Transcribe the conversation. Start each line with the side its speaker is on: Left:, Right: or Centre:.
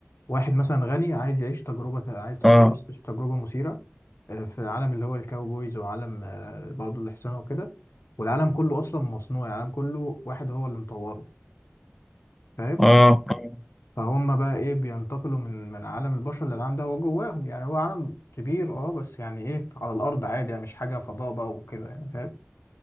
Left: واحد مثلا غني عايز يعيش تجربة عايز تج-
Centre: آه
Left: يعيش تجربة مثيرة آه، في العالم اللي هو الكاوبويز وعالم آه، برضه الإحسانة وكده والعالم كله أصلا مصنوع يعني العالم كله واحد هو اللي مطوره فاهم
Centre: آه آه
Left: فهم بقى إيه بينتقلوا من من عالم البشر للعالم ده هو جواهم يعني هو عالم كبير أه بس يعني إيه على الأرض عادي يعني مش حاجة فضاء بقى وكده يعني فاهم